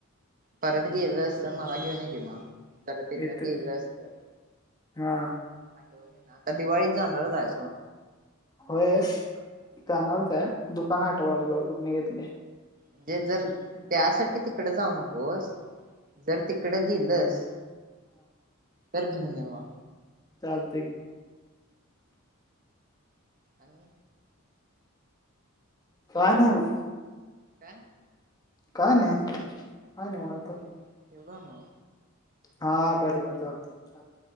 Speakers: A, on the right (about 40°); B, on the left (about 20°).
A: परत गेलं असत मला घेऊन ये कि मग जर तिथं
B: येतो
A: गेलंस तर
B: हा
A: आठवणीन. आता दिवाळीत जाणारच आहे
B: होय, जाणारच
A: हा
B: आहे दुकान आठवायला पाहिजे कुठने घेतलय
A: म्हणजे जर त्यासाठी तिकड जाऊ नकोस जर तिकडं गेलंस तर घेऊन ये म
B: चालते की
A: आणि
B: काय नाय व
A: काय?
B: काय नाही. काय निवांत
A: चालते ठेऊ का म?
B: हा बरं बरं चालते.